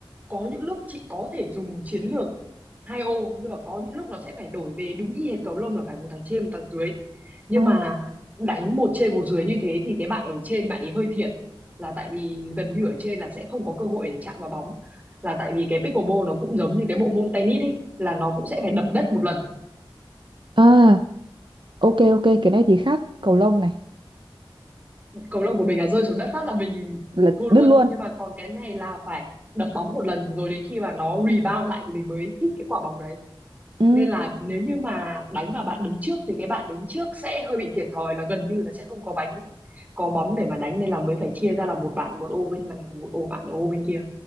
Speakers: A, on the right; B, on the right.
A: có những lúc chị có thể dùng chiến lược hai ô nhưng mà có những lúc nó sẽ phải đổi về đúng y hệt cầu lông là phải một thằng trên một thằng dưới nhưng
B: À,
A: mà đánh một trên một dưới như thế thì cái bạn ở trên bạn ấy hơi thiệt là tại vì gần như ở trên là sẽ không có cơ hội để chạm vào bóng là tại vì cái pickleball nó cũng giống như cái bộ môn tennis ấy là nó cũng sẽ phải đập đất một lần
B: à, ok ok cái này thì khác cầu lông này
A: cầu lông của mình là rơi xuống đất phát là mình
B: là
A: thua
B: đứt
A: luôn
B: luôn.
A: nhưng mà còn cái này là phải đập bóng một lần rồi đến khi mà nó rebound lại thì mình mới hit cái quả bóng đấy
B: Ừ.
A: nên là nếu như mà đánh mà bạn đứng trước thì cái bạn đứng trước sẽ hơi bị thiệt thòi là gần như là sẽ không có bánh có bóng để mà đánh nên là mới phải chia ra là một bạn một ô bên này một ô bạn một ô bên kia